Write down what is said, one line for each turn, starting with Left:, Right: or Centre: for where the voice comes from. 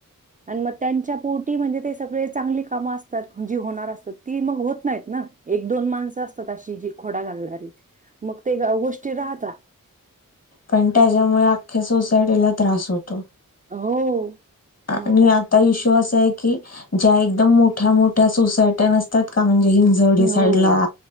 Right: आणि मग त्यांच्या पोटी म्हणजे ते सगळे चांगली कामं असतात जी होणार असतात, ती मग होत नाहीत ना. एक दोन माणसं असतात अशी, जी खोडा घालणारी, मग ते गोष्टी राहतात.
Left: पण त्याज्यामुळ अख्या सोसायटीला त्रास होतो.
Right: हो.
Left: आणि
Right: मग काय.
Left: आ ता इशू असा आहे की, ज्या एकदम मोठ्या मोठ्या सोसायट्या नसतात का म्हणजे हि जवडी साईडला.
Right: हो.